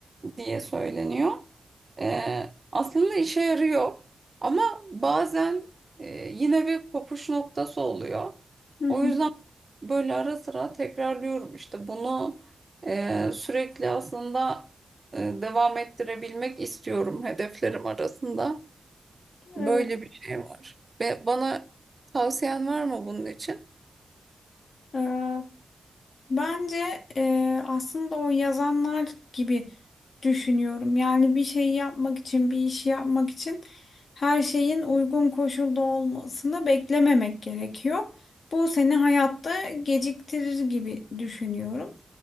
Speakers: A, on the right; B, on the left.
A: diye söyleniyor. Ee, aslında işe yarıyor ama bazen e, yine bir kopuş noktası oluyor.
B: hı hı.
A: O yüzden böyle ara sıra tekrarlıyorum işte bunu e, sürekli aslında e, devam ettirebilmek istiyorum hedeflerim arasında. Böyle
B: Evet.
A: bir şey var. Ve bana tavsiyen var mı bunun için?
B: Ee, Bence e, aslında o yazanlar gibi düşünüyorum. Yani bir şeyi yapmak için, bir işi yapmak için her şeyin uygun koşulda olmasını beklememek gerekiyor. Bu seni hayatta geciktirir gibi düşünüyorum.